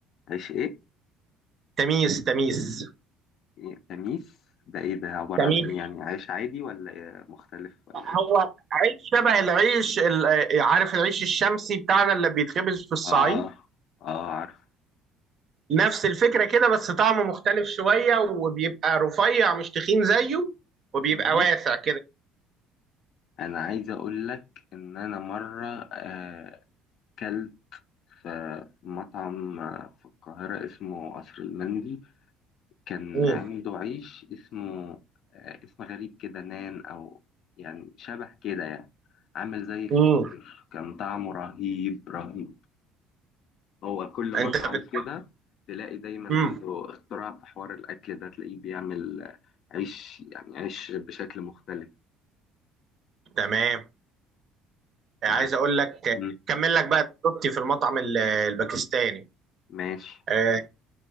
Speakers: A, on the left; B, on the right.
A: عيش إيه؟
B: تميس تميس
A: إيه؟ تميس؟ ده إيه ده؟ عبارة
B: تميس
A: عن إيه يعني؟ عيش عادي ولا إيه؟ مختلف ولا إيه؟
B: هو عيش شبه العيش ال- عارف العيش الشمسي بتاعنا اللي بيتخبز في الصعيد
A: آه آه عارف
B: نفس الفكرة كده بس طعمه مختلف شوية وبيبقى رفيع مش تخين زيه وبيبقى
A: مم.
B: واسع كده
A: أنا عايز أقول لك إن أنا مرة آه، كلت في مطعم في القاهرة اسمه قصر المندي كان
B: مم.
A: عنده عيش اسمه آه، اسم غريب كده نان أو يعني شبه كده يعني عامل زي الفطير
B: مم.
A: كان طعمه رهيب رهيب هو كل مطعم
B: انت بت...
A: كده تلاقي دايما
B: مم.
A: عنده اختراع في حوار الأكل ده تلاقيه بيعمل آه، عيش يعني عيش بشكل مختلف
B: تمام عايز
A: ف-
B: اقول لك
A: مم.
B: كمل لك بقى تجربتي في المطعم ال- الباكستاني
A: ماشي
B: آه،